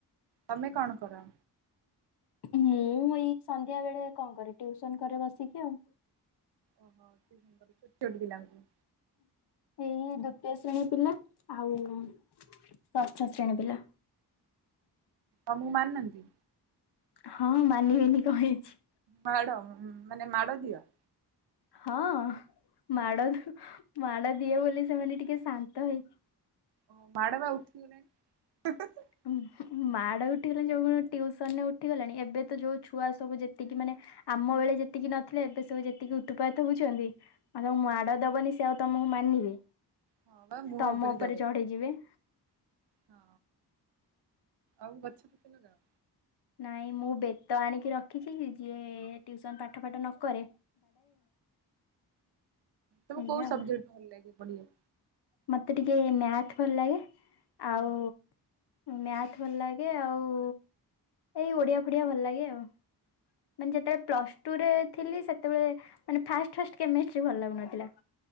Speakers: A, on the right; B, on the left.
A: ତମେ କଣ କର?
B: ମୁଁ ଏଇ ସନ୍ଧ୍ୟାବେଳେ କଣ କରେ ଟ୍ଯୁଶନ କରେ ବସିକି ଆଉ।
A: ଓହୋ ସେ <unintelligible> ଛୋଟ ପିଲାଙ୍କୁ।
B: ଏଇ ଦ୍ଵିତୀୟ ଶ୍ରେଣୀ ପିଲା ଆଉ ଷଷ୍ଠ ଶ୍ରେଣୀ ପିଲା।
A: ତମକୁ ମାନନ୍ତି?
B: ହଁ ମାନିବେନି କଣ ହେଇଛି।
A: ମାଡ଼ ମାନେ ମାଡ଼ ଦିଅ?
B: ହଁ ମାଡ ମାଡ଼ ଦିଏ ବୋଲି ସେମାନେ ଟିକେ ଶାନ୍ତ ହେଇକି
A: ଓ ପାଡ ବା ଉଠିଗଲାଣି।
B: ଉ ହୁ ମାଡ ଉଠିଗଲାଣି ଯୋଉ ଟିଉସନରେ ଉଠିଗଲାଣି ଏବେ ତ ଯୋଉ ଛୁଆ ସବୁ ଯେତିକି ମାନେ ଆମବେଳେ ଯେତିକି ନଥିଲେ ଏବେ ସବୁ ଯେତିକି ଉ ତୁପାତ ହଉଛନ୍ତି ଆଉ ତାଙ୍କୁ
A: ହୁଁ।
B: ମାଡ ଦବନି ସେ ଆଉ ତମକୁ ମାନିବେ
A: ହଁ ବା ମୁହଁ
B: ସେ ତମ ଉପରେ
A: ଜବର
B: ଚଢି ଯିବେ।
A: ହଁ ଆଉ ଗଛ ପଚ ଲଗାଅ?
B: ନାଇଁ ମୁଁ ବେତ ଆଣିକି ରଖିଛି ଯିଏ ଟ୍ୟୁସନ ପାଠ ପାଠ ନକରେ
A: ତମୁ
B: ଏଇଆ
A: କୋଉ
B: ଆଉ
A: ସବଜେକ୍ଟ ଭଲ ଲାଗେ ପଢ଼ିଆ
B: ମତେ ଟିକେ ମ୍ୟାଥ ଭଲ ଲାଗେ ଆଉ
A: ହୁଁ।
B: ମ୍ୟାଥ ଭଲ ଲାଗେ ଆଉ ଏଇ ଓଡ଼ିଆ ଫୋଡ଼ିଆ ଭଲ ଲାଗେ ଆଉ। ମାନେ ଯେତେବେଳେ ପ୍ଲସ ଟୁ ରେ ଥିଲି ସେତେବେଳେ ମାନେ ଫାଷ୍ଟ ଫାଷ୍ଟ କେମିଷ୍ଟ୍ରି ଭଲ ଲାଗୁନଥିଲା।